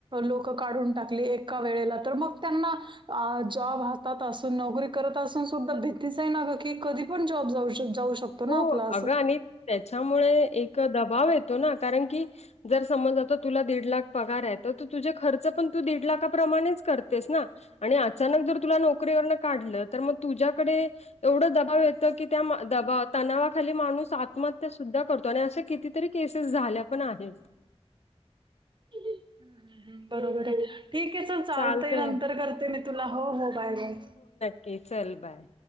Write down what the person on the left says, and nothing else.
हो
अगं
आणि त्याच्यामुळे एक दबाव येतो ना कारण की जर समज आता तुला दीड लाख पगार आहेयेत तर तुझे खर्च पण तू दीड लाखाप्रमाणेच करतेस ना आणि अचानक जर तुला नोकरीवरण काढलं तर मग तुझ्याकडे एवढं दबाव येतं की त्या दबाव तणावाखाली माणूस आत्महत्या सुद्धा करतो आणि अशा कितीतरी केसेस झाल्या पण आहेत
चालतंय
ओ चल बाय